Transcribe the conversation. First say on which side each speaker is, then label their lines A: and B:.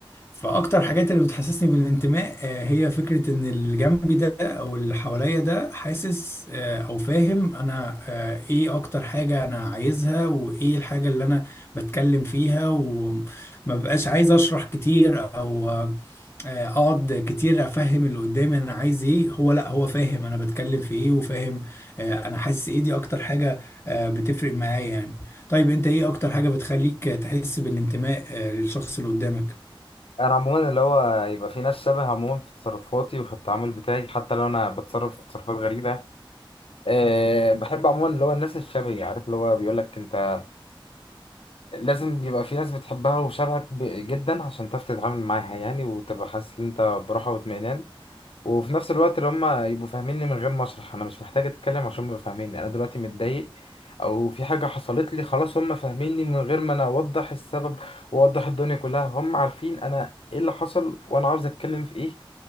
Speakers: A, on the left; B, on the left.
A: فاكتر حاجات اللي بتحسسني بالانتماء آه هي فكرة ان اللي جنبي ده او اللي حواليا ده حاسس آه او فاهم انا آه ايه اكتر حاجة انا عايزها وايه الحاجة اللي انا بتكلم فيها وما بقاش عايز اشرح كتير او آه، اقعد كتير افهم اللي قدامي انا عايز ايه هو لا هو فاهم انا بتكلم في ايه وفاهم آه، انا حاسس ايه دي اكتر حاجة آه، بتفرق معايا يعني طيب انت ايه اكتر حاجة بتخليك تحس بالانتماء آه، للشخص اللي قدامك
B: انا عموما اللي هو يبقى في ناس شبه عموما في تصرفاتي وفي التعامل بتاعي حتى لو انا بتصرف تصرفات غريبه أه بحب عموما اللي هو الناس الشبهي عارف اللي هو بيقول لك انت لازم يبقى في ناس بتحبها وشبهك ب- جدا عشان تعرف تتعامل معاها يعني وتبقى حاسس ان انت براحه واطمئنان وفي نفس الوقت اللي هما يبقوا فاهميني من غير ما اشرح انا مش محتاج اتكلم عشان يبقوا فاهميني انا دلوقتي متضايق او في حاجه حصلت لي خلاص هما فاهميني من غير ما انا اوضح السبب واوضح الدنيا كلها هم عارفين انا ايه اللي حصل وانا عاوز اتكلم في ايه